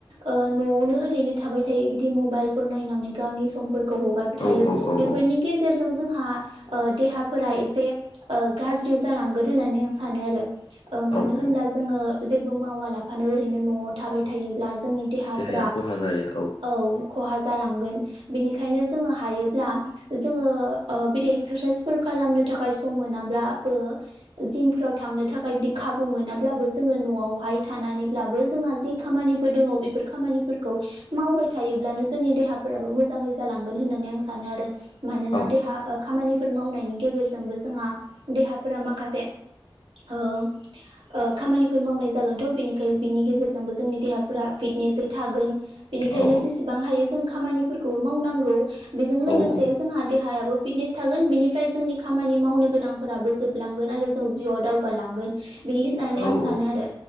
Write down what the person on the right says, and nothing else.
ओ न'आवनो ओरैनो थाबाय थायो बिदि मबाइलफोर नायनानै गावनि समफोर खौ हगारबाय थायो
बेफोरनि
गेजेरजों जोंहा ओ देहा फोरा एसे ओ गाज्रि जालांगोन होननानै आं सानो आरो ओ मानो
होनब्ला
जोङो जेबो मावालाफानो ओरैनो न'आव थाबाय थायोब्ला जोंनि देहाफोरा
औ खहा जालांगोन बिनिखायनो जोंयो हायोब्ला जोंङो बिदि <unintelligible> खालामनो थाखाय सम मोनाब्लाबो जिमफोराव थांनो थाखाय बिदि खाबु मोनाब्लाबो जोङो न'आवहाय थानानैब्लाबो जोंहा जि खामानिफोर दङ बेफोर खामानिफोरखौ मावबाय थायोब्लानो जोंनि देहाफोराबो मोजाङै जालांगोन होननानै आं सानो आरो मानोना
देहा खामानिफोर मावनायनि गेजेरजोंबो जोंहा देहाफोरा माखासे ओ ओ खामानिफोर मावनाय जागोनथ' बेनिखाय बिनि गेजेरजोंबो जोंनि देहाफोरा फिट नेसै थागोन बेनिखायनो
जेसेबां हायो जों खामानिफोरखौबो मावनांगौ। बेजों
लोगोसे
जोंहा देहायाबो फिटनेस थागोन बेनिफ्राय जोंनि खामानि मावनो गोनांफोराबो जोबलांगोन आरो जों जिउआव दावगालांगोन। बि होननानै
आं सानो
आरो।